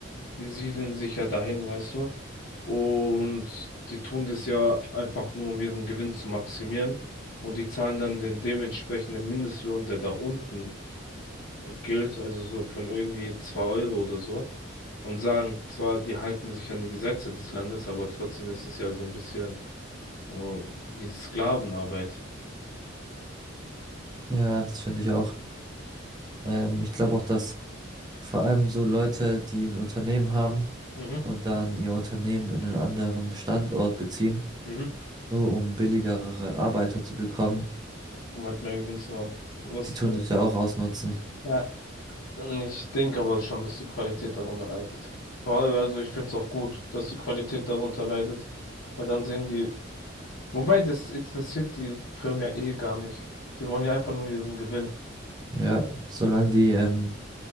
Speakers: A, on the left; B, on the right.
A: die siedeln sich ja dahin, weißt du? Und die tun das ja einfach nur, um ihren Gewinn zu maximieren. Und die zahlen dann den dementsprechenden Mindestlohn, der da unten gilt, also so von irgendwie 2 Euro oder so. Und sagen zwar, die halten sich an die Gesetze des Landes, aber trotzdem ist es ja so ein bisschen oh, wie Sklavenarbeit.
B: Ja, das finde ich auch. Ähm, ich glaube auch, dass Vor allem so Leute, die ein Unternehmen haben
A: Mhm.
B: und dann ihr Unternehmen in einen anderen Standort beziehen,
A: Mhm.
B: nur um billigere Arbeiter zu bekommen,
A: Um halt mehr Gewinn zu haben. Was,
B: die tun das ja auch ausnutzen.
A: Ja. Und Ich denke aber schon, dass die Qualität darunter leidet. Vor allem, Also ich finde es auch gut, dass die Qualität darunter leidet, weil dann sehen die, wobei das interessiert die Firmen ja eh gar nicht. Die wollen ja einfach nur ihren Gewinn.
B: Ja, solange die ähm,